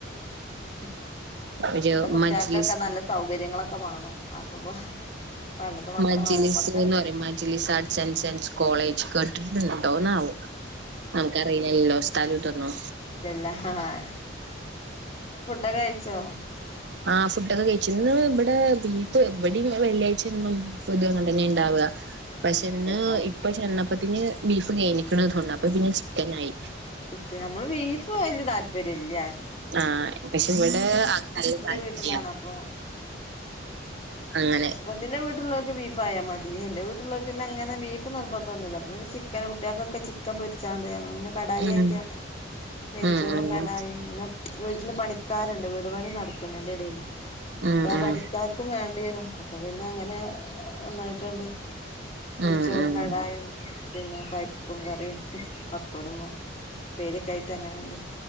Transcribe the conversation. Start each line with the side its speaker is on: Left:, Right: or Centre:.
Left: അതെ
Right: ഒരു
Left: ഇപ്പത്തെ കുട്ടികൾക്കൊക്കെ
Right: മജ്ലിസ്
Left: നല്ല സൗകര്യങ്ങളൊക്കെ വേണം അപ്പൊ പണ്ടത്തെ മക്കളെ
Right: മജ്‌ലിസ്
Left: മാതിരി നമ്മക്ക്
Right: ന്ന് പറയും മജ് ആസ് ആൻ് സയൻസ് കോളേജ് കേട്ടിട്ടുണ്ടോന്നാവും നമുക്കറി യല്ലോ സ്ഥലത് ന്നോ
Left: ഇല്ല ഇല്ല ആഹ് ഫുഡ് ഒക്കെ കഴിച്ചോ
Right: ആഹ് ഫുഡോക്കെ കഴിച്ചു. ഇന്ന് ഇവിടെ ബീഫ് എവിട വെള്ളിയാഴ്ചും ബീഫ് ഇത് അങ്ങനെ തന്നെ ഉണ്ടാവാ.
Left: ആ
Right: പക്ഷെന്ന്
Left: കഴിച്ച
Right: ഇപ്പൊ ചെന്നപ്പത്തന് ബീഫ് കെയ്ഞ്ഞിക്ക്ണ് അപ്പൊ പിന്നെ ചിക്കൻ ആയി.
Left: ചിക്കൻ നമ്മള് ബീഫ് വലിയ താല്പര്യം ഇല്ലാർക്കും
Right: ആഹ് പക്ഷെ ഇവിടെ നല്ല താല്പര്യ
Left: വീട്ടിലാണ് അപ്പൊ
Right: അങ്ങനെ
Left: ഹസ്ബൻ്റിന്റെ വീട്ടിള്ളോൽക്ക് ബീഫ് ആയാൽ മതി എന്റെ വീട്ടിള്ളോക്ക് പിന്നെ അങ്ങനെ ബീഫ് നിബന്ധംന്നില്ല അപ്പന്ന ചിക്കന് കുട്ടികൾക്കൊക്കെ ചിക്കൻ പൊരിച്ചാണ്ട് ഞന്നെ കടായി
Right: ഉം
Left: ആക്ക്യാണ്ട് നെയ്ച്ചോറും
Right: ഉം ഉം
Left: കടായും പിന്നെ വീട്ടില് പണിക്കാരുണ്ട് വീട് പണി നടക്കണ്ട് അതിന്റെ ഇടയില്
Right: ഉം
Left: അപ്പൊ ആ
Right: ഉം
Left: പണിക്കാർക്കും വേണ്ടി വരും അപ്പൊ പിന്നെ അങ്ങനെ ഒന്നായിട്ടാണ്ട് നെയച്ചോറും
Right: ഉം ഉം
Left: കടായും പിന്നെ പരിപ്പും കറിയും പപ്പടും ഉപ്പേരി യൊക്കെ ആയിട്ട് അങ്ങനെയുണ്ട്